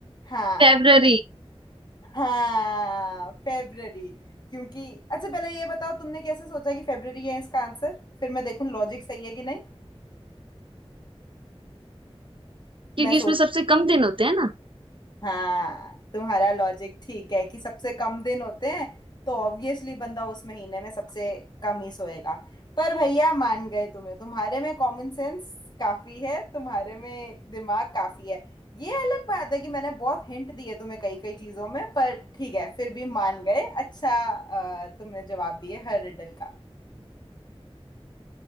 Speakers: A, on the left; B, on the right.
A: हाँ
B: फरवरी
A: हाँ फेब्ररी क्योंकि अच्छा पहले ये बताओ तुमने कैसे सोचा कि फेब्ररी है इसका आंसर फिर मैं देखूं लॉजिक सही है कि नहीं
B: क्योंकि
A: मैं सोच
B: इसमें सबसे कम दिन होते हैं ना
A: हाँ तुम्हारा लॉजिक ठीक है कि सबसे कम दिन होते हैं तो ऑब्वियसली बंदा उस महीने में सबसे कम ही सोएगा पर भैया मान गए तुम्हें तुम्हारे में कॉमन सेंस काफी है तुम्हारे में दिमाग काफी है ये अलग बात है कि मैंने बहुत हिंट दिए तुम्हें कई कई चीजों में पर ठीक है फिर भी मान गए अच्छा अ, तुमने जवाब दिए हर रिडल का